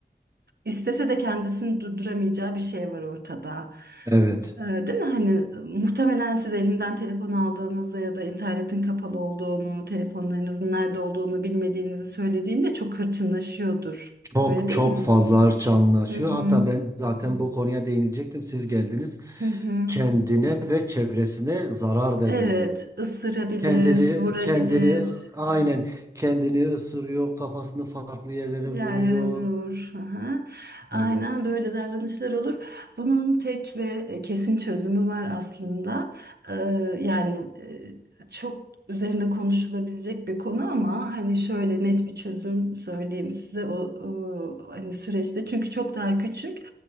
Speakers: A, on the right; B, on the right.
A: İstese de kendisini durduramayacağı bir şey var ortada.
B: Evet.
A: Ee, değil mi? Hani e, muhtemelen siz elinden telefon aldığınızda ya da internetin kapalı olduğunu, telefonlarınızın nerede olduğunu bilmediğinizi söylediğinde çok hırçınlaşıyordur.
B: Çok
A: Öyle değil
B: çok
A: mi?
B: fazla hırçanlaşıyor.
A: Hı hı.
B: Hatta ben zaten bu konuya değinecektim. Siz geldiniz.
A: Hı hı.
B: Kendine ve çevresine zarar da
A: Evet,
B: veriyor.
A: ısırabilir,
B: Kendini
A: vurabilir.
B: kendini aynen kendini ısırıyor, kafasını farklı yerlere
A: Yerlere
B: vuruyor.
A: vurur. Aha. Aynen
B: Evet.
A: böyle davranışlar olur. Bunun tek ve e, kesin çözümü var aslında. Ee, yani e, çok üzerinde konuşulabilecek bir konu ama hani şöyle net bir çözüm söyleyeyim size o, o hani süreçte çünkü çok daha küçük.